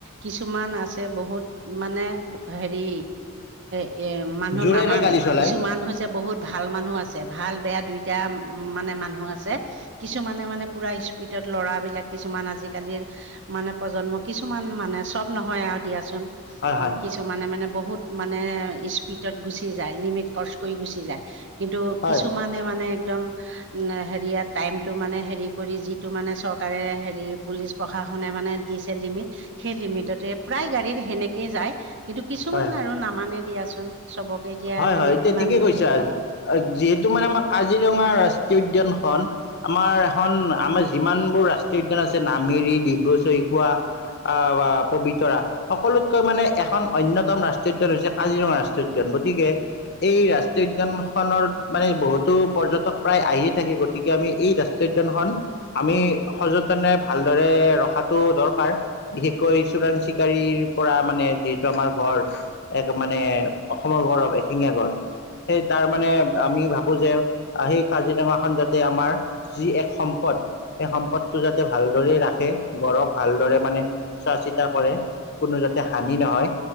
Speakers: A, on the right (about 55°); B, on the left (about 50°).
A: কিছুমান আছে বহুত মানে হেৰি এ এ মানুহ
B: জোৰেৰে
A: নামানে
B: গাড়ী চলাই
A: কিছুমান হৈছে বহুত ভাল মানুহ আছে ভাল বেয়া দুই আ মানে মানুহ আছে, কিছুমানে মানে পোৰা স্পীডত লৰা বিলাক কিছুমান আজিকালিৰ মানে প্ৰজন্ম কিছুমান মানে সব নহয় আৰু দিয়াচোন।
B: হয় হয়
A: উ কিছুমানে মানে বহুত মানে স্পিডত গুচি যায় লিমিট ক্ৰচ কৰি গুচি যায়, কিন্তু
B: হয়
A: কিছুমানে মানে একদম হেৰিয়া টাইমটো মানে হেৰি কৰি যিটো মানে চৰকাৰে হেৰি পুলিচ প্ৰসা খনে মানে দিছে লিমিট সেই লিমিটতে প্ৰায় গাড়ী সেনেকে যায়। কিন্তু কিছুমান
B: হয় হয়
A: আৰু নামানে দিয়াচোন। চবকে এতিয়া
B: হয়
A: তুমি
B: হয় এতিয়া
A: কিমান
B: ঠিকেই কৈছা,
A: হেৰি কবা
B: যিহেতু মানে আমাৰ কাজিৰঙা ৰাস্ ৰাষ্ট্ৰীয় উদ্যানখন আমাৰ এখন আমাৰ যিমানবোৰ ৰাষ্ট্ৰীয় উদ্যান আছে নামেৰি, ডিব্ৰুচৈ় খোৱা আহ বা পবিতৰা সকলোতকৈ মানে এখন অন্যতম ৰাষ্ট্ৰীয় উদ্যান হৈছে কাজিৰঙা ৰাষ্ট্ৰীয় উদ্যান তিকে এই ৰাষ্ট্ৰীয় উদ্যান খনৰ মানে বহুতো পৰ্যটক প্ৰায় আহিয়ে থাকে গতিকে আমি এই ৰাষ্ট্ৰীয় উদ্যানখন আমি সযতনে ভালদৰে ৰখটো দৰকাৰ বিশষকৈ চোৰাং চিকাৰীৰ পৰা মানে যিহেতু আমাৰ গঁড় এক মানে অসমৰ গৌৰৱ এশিঙীয়া গড়, সেই তাৰ মানে আমি ভাব বো যে সেই কাজিৰঙাখন যাতে আমাৰ যি এক সম্পদ সেই সম্পদটো যাতে ভাল ভালদৰে ৰাখে গড়ক ভালদৰে মানে চোৱা চিতা কৰে। কোনো যাতে হানি নহয়,